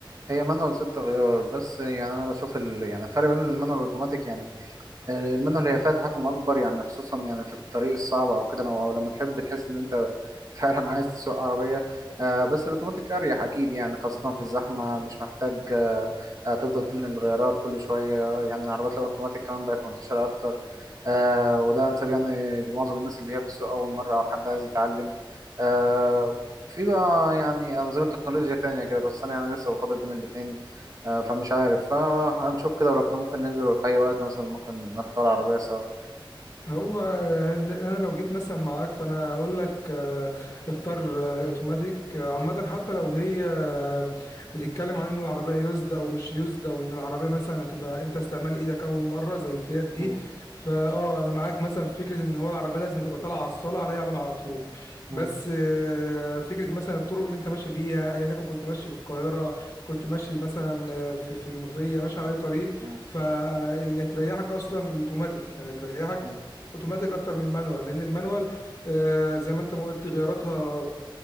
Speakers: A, on the right; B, on the left.
A: هي مانوال ست غيار بس يعني انا بشوف ال... يعني الفرق بين المانوال والاوتوماتيك يعني المانوال هي فيها تحكم اكبر يعني خصوصا يعني في الطريق الصعب او كده او أو لما تحب تحس ان انت <laughs> فعلا عايز تسوق عربيه آه، بس الاوتوماتيك اريح اكيد يعني خاصه في الزحمه مش محتاج آه، آه، تفضل تنقل الغيارات كل شويه يعني العربيات الاوتوماتيك كمان بقت منتشره اكتر آه، وده انسب يعني لمعظم الناس اللي هي بتسوق اول مره او حد عايز يتعلم آه، في بقى يعني انظمه تكنولوجيا تانية كده بس انا يعني لسه بفضل بين الاتنين آه، فمش عارف فهنشوف كده ولو كده ممكن ننزل في أي وقت مثلا ممكن نختار عربية سوا
B: هو يعني انا لو جيت مثلا معاك فانا اقول لك آه، اختار آه، اوتوماتيك آه، عامه حتى لو هي آه، بتتكلم عن ان العربيه يوزد او مش يوزد او ان العربيه مثلا هتبقى انت استعمال ايدك اول مره زي الفيات دي
A: مم،
B: فاه انا معاك مثلا في فكره ان هو العربيه لازم تبقى طالعه على الصاله عليا على على طول
A: مم،
B: بس آه، فكره مثلا الطرق اللي انت ماشي فيها ايا يكن كنت ماشي في القاهره كنت ماشي مثلا آه، في في المنوفيه ماشي على اي طريق
A: مم،
B: فاللي تريحك اصلا الاوتوماتيك يعني تريحك
A: مم،
B: اوتوماتيك اكتر من المانوال لان المانوال آه، زي ما انت ما قلت غياراتها